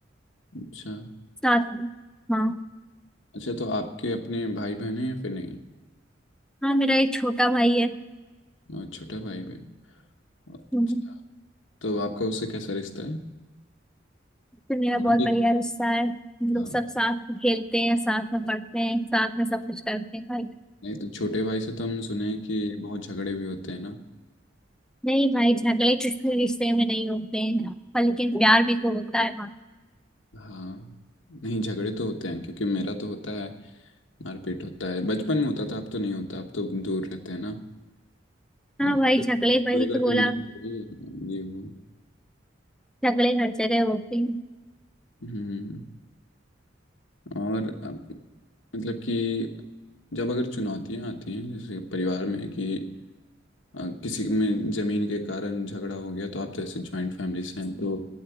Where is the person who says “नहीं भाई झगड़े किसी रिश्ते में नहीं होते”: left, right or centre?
Centre